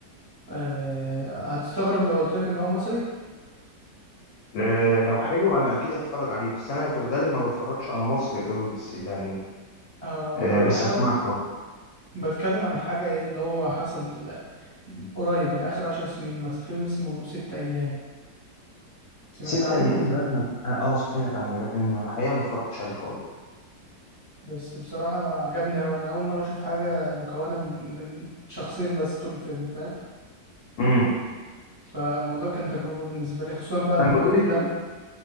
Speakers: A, on the right; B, on the left.
A: آه، هتستغرب لو قلت لك ان هو مصري
B: آه، لو حلو أنا أكيد هتفرج عليه بس أنا في الغالب ما بتفرجش على مصري قوي بس يعني
A: اه
B: آه،
A: انا ب...
B: بس
A: يعني
B: أسمعك طبعا
A: بتكلم عن حاجة ايه اللي هو حصل قريب يعني آخر عشر سنين مثلا فيلم اسمه ست أيام سمعت
B: ست
A: عنه
B: ايام ده أنا- اه سمعت عنه لكن الحقيقه ما اتفرجتش عليه خالص
A: بس بصراحة عجبني أوي أنا أول مرة أشوف حاجة مكونة من من شخصين بس طول الفيلم فاهم
B: امم
A: فالموضوع كان تجربة بالنسبة لي خصوصا بقى إن
B: كان
A: هو
B: بطولة
A: إيه لم
B: مين؟